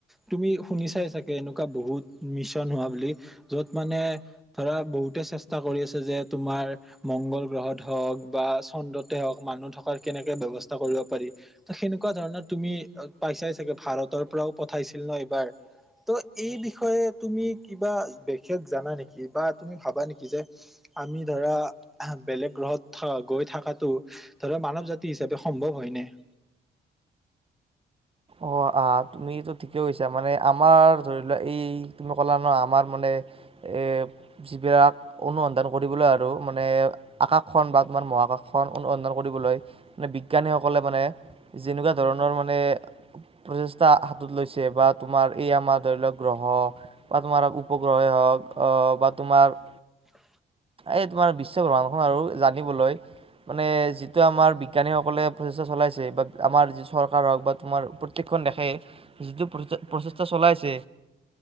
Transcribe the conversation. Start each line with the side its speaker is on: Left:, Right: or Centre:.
Centre: তুমি শুনি চাই চাগে এনেকুৱা বহুত মিছন হোৱা বুলি য'ত মানে ধৰা বহুত তে চেষ্টা কৰি আছে যে তোমাৰ মংগল গ্ৰহত হওঁক বা চন্দ্ৰতে হওঁক মানুহ থকাৰ তেনেকে ব্যৱস্থা কৰিব পাৰি ত' সেনেক এনেকুৱা ধৰণৰ তুমি পাইছাই চাগে ভাৰতৰ পৰাও পঠাইছিল ন এইবাৰ ত' এই বিষয়ে তুমি কিবা বিশেষ জানা নেকি বা তুমি ভাবা নেকি যে আমি ধৰা বেলেগ গ্ৰহত গৈ থকাতো ধৰা মানৱ জাতি হিচাপে সম্ভৱ হয় নে <inaudible>
Right: অ আহ তুমিতো ঠিকেই কৈছা মানে আমাৰ ধৰি লোৱা এই তুমি ক'লা ন আমাৰ মানে এ যিবিলাক অনুসন্ধান কৰিবলৈ আৰু মানে আকাশখন বা তোমাৰ মহা আকাশখন অনুসন্ধান কৰিবলৈ মানে বিজ্ঞানীসকলে মানে যেনেকুৱা ধৰণৰ মানে প্ৰচেষ্টা হাতত লৈছে বা তোমাৰ এই আমাৰ ধৰি লোৱাক গ্ৰহ বা তোমাৰ উপগ্ৰহ ধক অ বা তোমাৰ
Centre: <inaudible>
Right: এই তোমাৰ বিশ্ব ভ্ৰমণখন আৰু জানিবলৈ মানে যিটো আমাৰ বিজ্ঞানীসকলে প্ৰচেষ্টা চলাইছে বা আমাৰ যি চৰকাৰ হওক বা তোমাৰ প্ৰত্যেকখন দেশে যিটো প্ৰচেষ্টা চলাইছে